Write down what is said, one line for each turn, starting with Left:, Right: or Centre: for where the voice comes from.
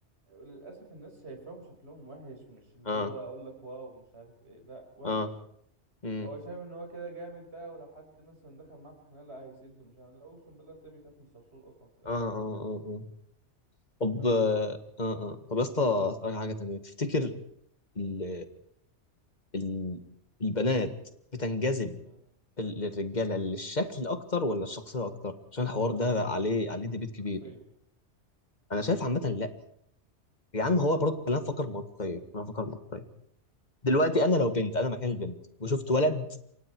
Right: للاسف الناس شايفاهم شكلهم وحش مش اللي
Left: اه
Right: هو اقول لك واو مش عارف ايه لا وحش
Left: اه امم
Right: هو شايف ان هو كده جامد بقى ولو حد مثلا دخل معاه في خناقه لا هيسده مش عارف لا اقسم بالله تلاقيه بيخاف من الصرصور اصلا في الاخر
Left: اه اه اه اه طب
Right: <laughs> فاهم
Left: اه
Right: ازاي
Left: اه آه. طب يا اسطى اسالك حاجه تانية تفتكر ال ال البنات بتنجذب
Right: امم
Left: لل- للرجاله للشكل اكتر ولا الشخصيه اكتر عشان الحوار ده عليه عليه ديبيت كبير
Right: شخصيه
Left: يعني انا شايف عامه لا يا
Right: لا
Left: عم
Right: شخصيه
Left: هو برضه خلينا نفكر منطقيا خلينا نفكر منطقيا دلوقتي انا لو بنت انا مكان البنت وشفت ولد
Right: مم.